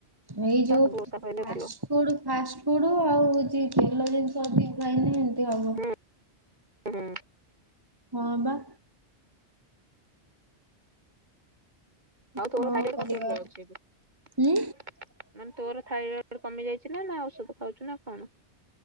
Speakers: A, on the right; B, on the right.
A: ଏଇ
B: ଓଷା
A: ଯୋଉ
B: ସବୁ
A: ଫାଷ୍ଟ
B: ଓଷା ସଇଲେ ବାହାରିବ।
A: ଫୁଡ ଫାଷ୍ଟ ଫୁଡ୍ ଆଉ ହଉଛି ତେଲ ଜିନିଷ ଅଧିକ ଖାଇଲେ ଏମତି ହବ।
B: ହୁଁ ହୁଁ
A: ହଁ ବା। କଣ
B: ଆଉ ତୋ <unintelligible> ଅଛି
A: କରିବା ଆଉ
B: ଏବେ।
A: ଉଁ
B: ମାନେ ତୋର ଥାଇରଏଡ କମି ଯାଇଛି। ନା ନା ଔଷଧ ଖାଉଛୁ ନା କ'ଣ?